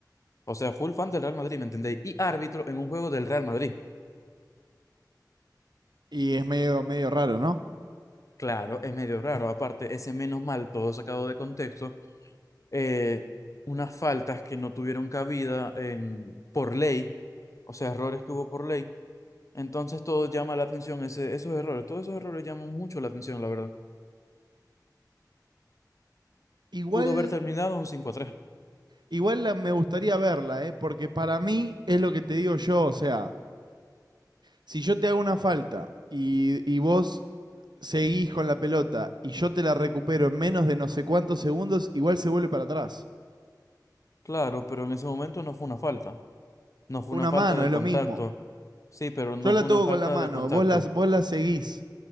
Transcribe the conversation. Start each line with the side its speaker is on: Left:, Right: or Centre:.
Left: O sea, full fan del Real Madrid, ¿me entendéis? Y árbitro en un juego del Real Madrid.
Right: Y es medio, medio raro, ¿no?
Left: Claro, es medio raro. Aparte, ese menos mal, todo sacado de contexto, eh, unas faltas que no tuvieron cabida en, por ley, o sea, errores que hubo por ley. Entonces todo llama la atención, ese, esos errores, todos esos errores llaman mucho la atención, la verdad.
Right: Igual,
Left: Pudo haber terminado un 5 a 3.
Right: igual la- me gustaría verla, ¿eh? Porque para mí es lo que te digo yo, o sea, si yo te hago una falta y, y vos seguís con la pelota y yo te la recupero en menos de no sé cuántos segundos, igual se vuelve para atrás.
Left: claro, pero en ese momento no fue una falta. No fue
Right: Una
Left: una falta
Right: mano
Left: de
Right: es
Left: contacto.
Right: lo mismo.
Left: Sí, pero no
Right: Yo la
Left: fue
Right: toco
Left: una falta
Right: con la mano,
Left: de contacto.
Right: vos la, vos la seguís.